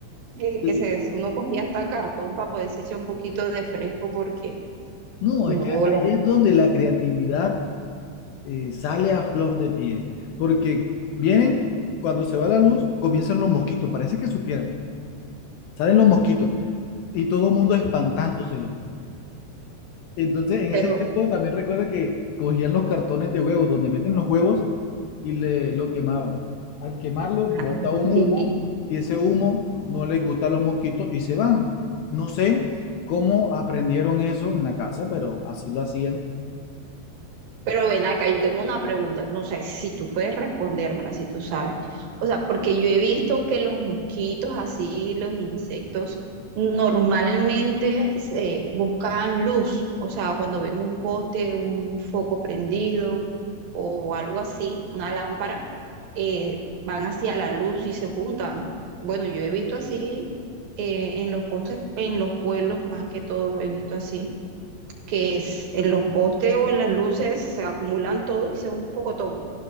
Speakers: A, on the right (about 65°); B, on the left (about 70°).
A: Que,
B: Y-
A: que se, uno cogía hasta cartón para poder echar un poquito de fresco porque
B: No,
A: no,
B: es que ahí
A: la-
B: es donde la creatividad eh, sale a flor de piel. Porque vienen, cuando se va la luz, comienzan los mosquitos. Parece que supieran. Salen los mosquitos y todo el mundo espantándoselos. Entonces, en
A: pero
B: ese tiempo también recuerdo que cogían los cartones de huevos, donde meten los huevos y le, lo quemaban. Al quemarlo, bota
A: ah,
B: un
A: sí,
B: humo y ese humo no les gusta a los mosquitos y se van. No sé cómo aprendieron eso en la casa, pero así lo hacían.
A: Pero ven acá, yo tengo una pregunta, no sé si tú puedes respondérmela, si tú sabes. O sea, porque yo he visto que los mosquitos, así, los insectos, normalmente se buscan luz. O sea, cuando ven un poste, un foco prendido o algo así, una lámpara, eh, van hacia la luz y se juntan. Bueno, yo he visto así eh, en los postes, en los pueblos más que todo, he visto así que es- en los postes o en las luces se acumulan todos y se ve un pocotón.